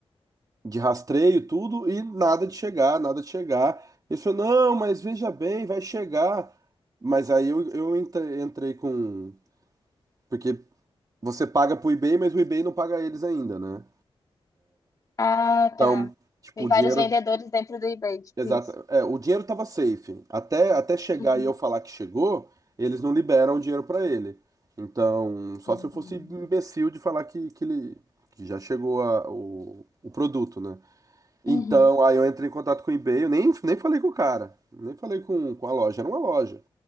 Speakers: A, on the right; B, on the left.
A: de rastreio, tudo, e nada de chegar, nada de chegar. Eles falaram, não, mas veja bem, vai chegar. Mas aí eu, eu entre- entrei com. Porque Você paga pro eBay, mas o eBay não paga eles ainda, né?
B: Ah,
A: Então,
B: tá.
A: tipo,
B: Tem
A: o dinheiro.
B: vários vendedores dentro do eBay, tipo
A: Exato.
B: isso.
A: É, o dinheiro tava safe. Até, até chegar
B: Uhum.
A: e eu falar que chegou, eles não liberam o dinheiro pra ele. Então, só
B: Hum.
A: se eu fosse imbecil de falar que, que ele que já chegou a- o, o produto, né? Então,
B: Uhum.
A: aí eu entrei em contato com o eBay, eu nem, nem falei com o cara, nem falei com, com a loja, era uma loja.